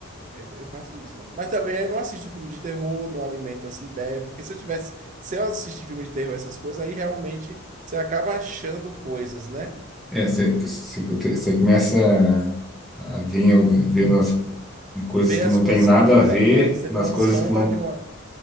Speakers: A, on the right (about 35°); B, in the centre.
A: Eu, eu faço isso, né? Mas também eu não assisto filme de terror, não alimento essa ideia, porque se eu tivesse, se eu assistir filme de terror, essas coisas, aí realmente você acaba achando coisas, né?
B: É, você, você você começa a, a ver, ver nas coisas
A: Vê
B: que
A: as
B: não
A: coisas
B: tem nada
A: que não
B: a ver,
A: tem, né? Você
B: nas
A: vê uma
B: coisas
A: sombra
B: que não.
A: de uma.